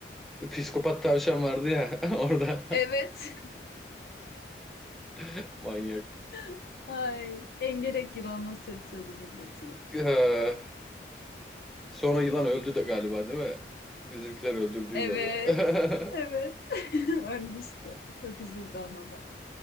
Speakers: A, in the centre; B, on the left.
A: Psikopat tavşan vardı ya <laughs> orada.
B: Evet.
A: <laughs> Manyak.
B: <laughs> Ay engerek yılanına sırtıyordu milleti.
A: Ee, sonra yılan öldü de galiba değil mi? Bizimkiler öldürdü
B: Evet.
A: yılanı. <laughs>
B: Evet. <laughs> Ölmüştü. Çok üzüldü ona da.